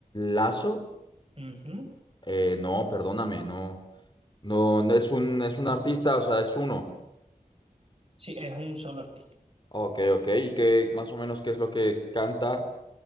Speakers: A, on the left; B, on the right.
A: Lazo,
B: Ujú.
A: eh, no, perdóname, no, no, no es un, es un artista, o sea, es uno.
B: Sí, es un solo artista.
A: Ok, ok. ¿Y qué más o menos qué es lo que canta?